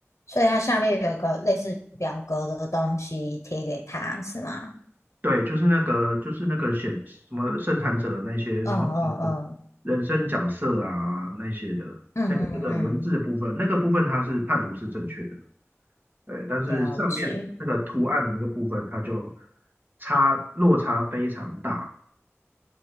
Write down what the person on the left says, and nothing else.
所以它下面有一个类似表格的东西贴给他，是吗？
嗯嗯
嗯嗯嗯嗯，
了解。